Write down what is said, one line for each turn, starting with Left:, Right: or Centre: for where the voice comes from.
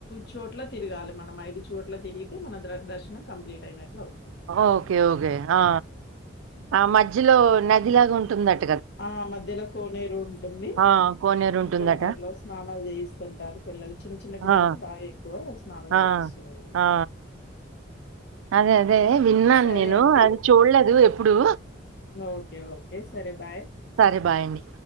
Left: చోట్ల తిరగాలి మనం ఐదు చోట్ల తిరిగితే మన ద దర్శనం కంప్లీట్ అయినట్లు అవ్
Right: ఓకే ఓకే ఆ ఆ మధ్యలో నదిలాగా ఉంటుందట్
Left: ఆ మధ్యలో కోనేరు ఉంటుంది
Right: ఆ కోనేరు ఉంటుందట
Left: కోనేరులో స్నానాలు చేస్ పిస్తుంటారు పిల్లలు చిన్న చిన్న
Right: ఆ
Left: పిల్లలకి బాగా ఎక్కువ స్నానం
Right: ఆ
Left: చేపిస్తేంటారు
Right: ఆ అదే అదే విన్నాను
Left: సరే
Right: నేను
Left: అండి.
Right: అది చూడలేదు ఎప్పుడు
Left: ఓకే ఓకే సరే బాయ్
Right: సరే బాయి అండి